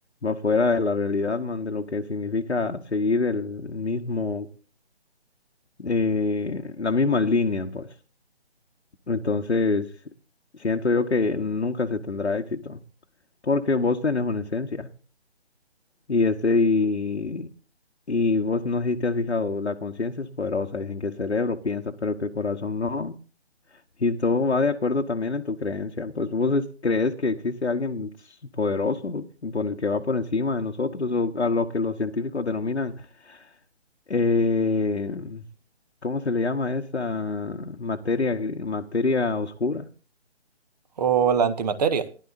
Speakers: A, on the left; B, on the right.
A: va fuera de la realidad, man, de lo que significa seguir el mismo, eh, la misma línea, pues. Entonces, siento yo que nunca se tendrá éxito, porque vos tenés una esencia. Y este, y, y vos no sé si te has fijado, la conciencia es poderosa, dicen que el cerebro piensa, pero que el corazón no. Y todo va de acuerdo también en tu creencia. Pues vos es- crees que existe alguien s- poderoso por el que va por encima de nosotros, o a lo que los científicos denominan, eh, ¿cómo se le llama esa materia, gri- materia oscura?
B: O la antimateria.